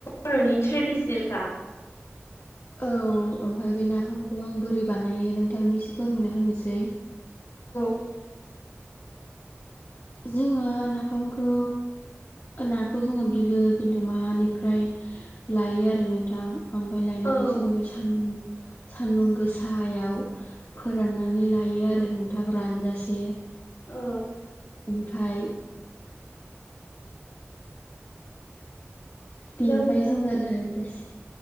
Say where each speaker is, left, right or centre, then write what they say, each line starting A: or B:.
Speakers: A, on the left (about 75°); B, on the left (about 55°).
A: बर'नि ट्रेडिसनेल खा।
B: औ ओमफ्राय बे नाफामखौ आं बोरै बानायो नोंथांनि एसे फोरमायना होनोसै।
A: <inaudible>
B: जोङो नाफामखौ नाखौ जोङो बिलो बिलोमानिफ्राय लायो आरो नोंथां । हामफाय लायनानै
A: औ
B: जोङो बे सानदुं सान्दुं गोसायाव फोराननानै लायो आरो नोंथां रानजासे।
A: औ
B: ओमफाय बिनिफ्राय
A: हेलौ नोंथां
B: जोङो रानजासै